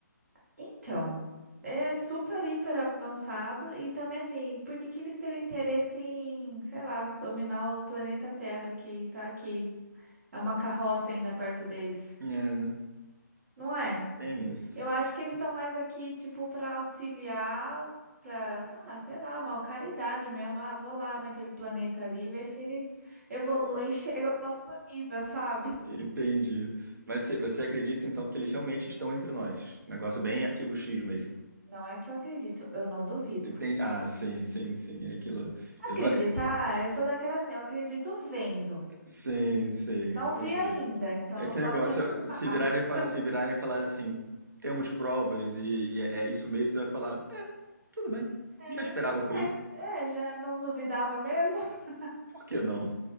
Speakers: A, on the right; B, on the right.
A: Então, é super hiper avançado e também assim, por que que eles teriam interesse em, sei lá, dominar o planeta Terra que tá aqui? É uma carroça ainda perto deles,
B: É, né?
A: não é?
B: Tem isso.
A: Eu acho que eles estão mais aqui, tipo, para auxiliar, para, ah, sei lá, uma caridade mesmo. Ah, vou lá naquele planeta ali, ver se eles evoluem e chegam ao nosso nível, sabe?
B: Entendi. Mas cê- você acredita, então, que eles realmente estão entre nós? Negócio bem arquivo X mesmo.
A: Não é que eu acredito, eu não duvido.
B: Enten- Ah, sim, sim, sim. É aquilo.
A: Acreditar,
B: Eu não, ac-
A: eu sou daquela assim, eu acredito vendo.
B: Sim, sim,
A: Não
B: entendi.
A: vi ainda, então
B: É
A: não
B: que
A: posso
B: negócio,
A: te afirmar.
B: se
A: <laughs>
B: virarem, fa- se virarem e falar assim, temos provas e, e é é isso mesmo, você vai falar, é, tudo bem,
A: É,
B: já esperava
A: tá certo.
B: por isso,
A: É, já não duvidava mesmo? <laughs>
B: por que não?